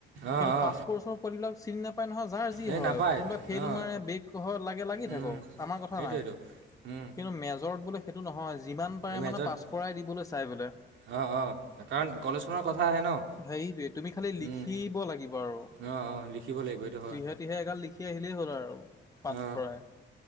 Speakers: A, on the right; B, on the left.
A: অ
B: কিন্তু
A: অ
B: পাছ ক'ৰ্চৰ পোৱালিবিলাক চিন নাপায় নহয়, যাৰ যি
A: এই
B: হয়,
A: নাপায়
B: কোনবাই ফেইল
A: অ
B: মাৰে, বেগ হয়, লাগে লাগি
A: উম
B: থাক। <unintelligible> আমাৰ কথা
A: সেইটোৱেতো
B: নাই,
A: উম
B: কিন্তু মেজৰ বুলি সেইটো নহয়। যিমান পাৰে,
A: মেজত
B: মানে, পাছ কৰাই দিবলৈ চাই বোলে।
A: অ', অ', কাৰণ কলেজখনৰ কথা আহে ন'
B: সেইটোৱে, তুমি খালি
A: উম,
B: লিখিব লাগিব, আৰু।
A: অ', অ', লিখিব লাগিব এইটো হয়।
B: যিহে-তিহে এগাল লিখি আহিলেই হ'ল, আৰু। পাত
A: অ',
B: ভৰাই।